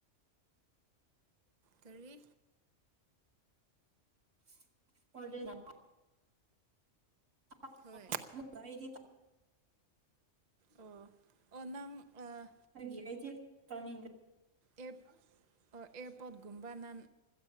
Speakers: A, on the right; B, on the right.
A: ꯇꯔꯤ
B: <unintelligible> <inaudible>
A: ꯍꯣꯏ
B: ꯃꯨꯛꯀꯥ ꯑꯩꯗꯤ
A: ꯑꯣ ꯑꯣ ꯅꯪ ꯑꯥ
B: ꯑꯩꯗꯤ ꯄꯅꯤꯡ
A: ꯑꯦꯕ ꯑꯥ ꯑꯦꯔꯄꯣꯠꯒꯨꯝꯕ ꯅꯥꯟ